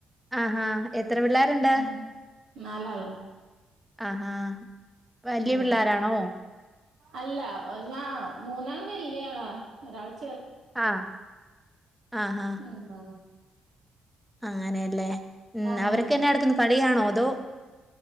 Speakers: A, in the centre; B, on the right.
A: ആഹാ- എത്ര പിള്ളേരുണ്ട്
B: ഉം നാലാളോ
A: ആഹാ വലിയ
B: ആഹ്
A: പിള്ളേരാണോ?
B: അല്ല ഒന്നാ മൂന്നാള് വല്ല്യാള ഒരാള്-
A: ആ- ആഹാ
B: ഞ്ഞിണ്ടാവോ
A: അങ്ങനെയല്ലേ ഉം
B: അങ്ങനെ
A: അവരൊക്കെന്നാ എടുക്കുന്നു കളിയാണോ, ന്തോ